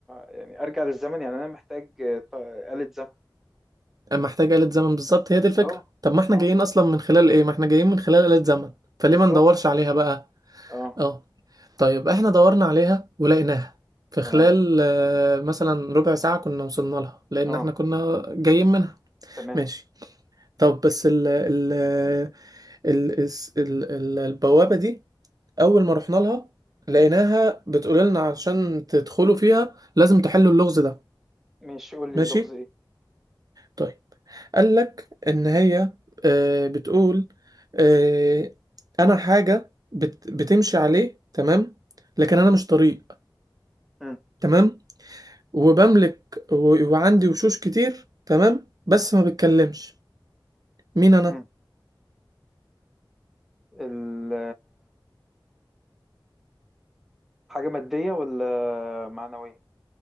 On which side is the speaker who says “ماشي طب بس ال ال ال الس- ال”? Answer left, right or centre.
Right